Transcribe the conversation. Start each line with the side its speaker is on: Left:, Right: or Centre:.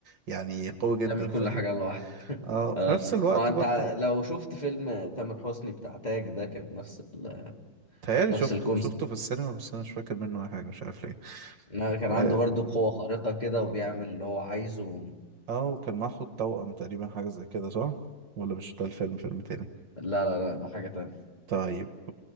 Right: يعني قوي جدا
Left: تعمل كل
Right: فاهم
Left: حاجة لوحدك <laughs>
Right: اه
Left: اه
Right: وفي نفس الوقت
Left: ما انت
Right: برضو
Left: ع- لو شفت فيلم تامر حسني بتاع تاج ده كان نفس ال...
Right: تهيألي
Left: نفس
Right: شفته
Left: الكونسيبت
Right: شفته في السينما بس انا مش فاكر منه اي حاجة مش عارف ليه
Left: لا كان
Right: اه
Left: عنده برضو قوة خارقة كده وبيعمل اللي هو عايزه
Right: آه، وكان معاه خد توأم تقريبا حاجة زي كده صح؟ ولا مش ده الفيلم فيلم تاني
Left: لا لا لا ده حاجة تانية
Right: طيب